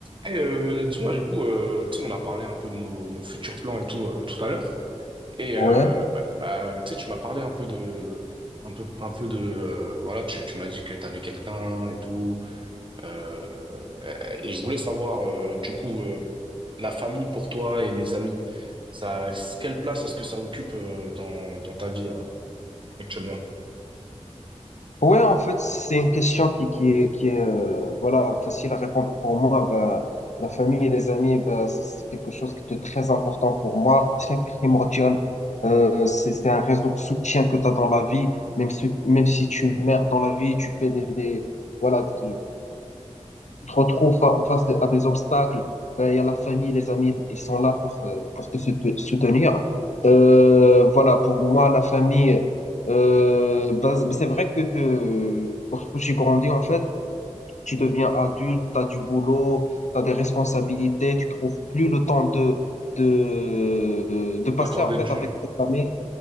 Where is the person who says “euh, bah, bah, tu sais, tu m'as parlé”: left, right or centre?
Right